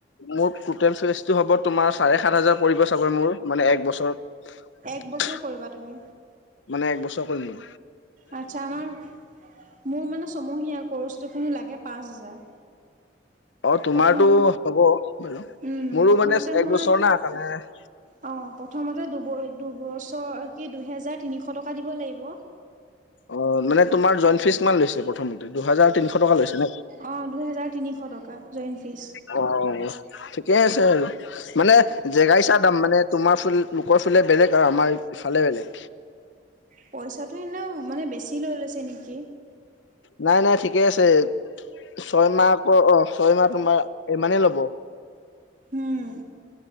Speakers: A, on the left; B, on the right.
A: মোৰ টোটেল চইচটো হ'ব তোমাৰ- চাৰে সাত হাজাৰ পৰিব চাগৈ মোৰ মানে এক বছৰত-
B: এক বছৰ কৰিবা তুমি
A: মানে এক বছৰ কৰিল-
B: আচ্ছা আমাৰ মোৰ মানে ছমহীয়া কচটো খিনি লাগে পাঁচ হাজাৰ-
A: অ তোমাৰতো
B: প্ৰথম
A: হ'ব বাৰু
B: উম,
A: মোৰো
B: প্ৰথমতে
A: মানে এক
B: মই
A: বছৰ না কাৰণে-
B: অ প্ৰথমতে- দুবছৰ কি দুহেজাৰ তিনিশ টকা দিব লাগিব-
A: অ মানে তোমাৰ জইণ্ট ফিজ কিমান লৈছে প্ৰথমতে দুহজাৰ তিনিশ টকা লৈছে ন।
B: অঁ দুহেজাৰ তিনিশ টকা জইণ্ট ফীজ্
A: অ ঠিকে আছে আৰু মানে জেগাই চাই দাম মানে তোমাৰ ফুল লোকৰ ফালে বেলেগ আৰু আমাৰ ইফালে বেলেগ
B: পইচাটো এনেও মানে বেছি লৈ লৈছে নেকি?
A: নাই নাই ঠিকেই আছে। ছয়মাহ আকৌ অ ছয় মাহ তোমাৰ ইমানেই ল'ব।
B: উম